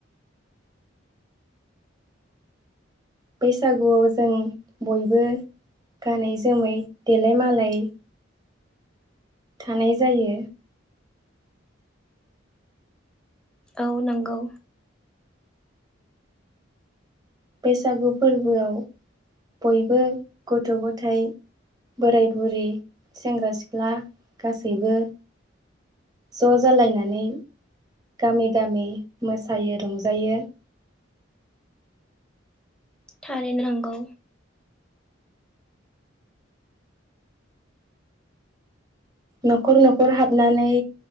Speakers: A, on the right (about 20°); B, in the centre.
A: बैसागुआव जों बयबो गानै जोमै देलाय मालाय थानाय जायो
B: औ नंगौ
A: बैसागु फोरबोआव बयबो गथ' गथाय बोराय बुरै सेंग्रा सिख्ला गासैबो ज' जालायनानै गामि गामि मोसायो रंजायो
B: थारैनो नांगौ
A: न'खर न'खर हाबनानै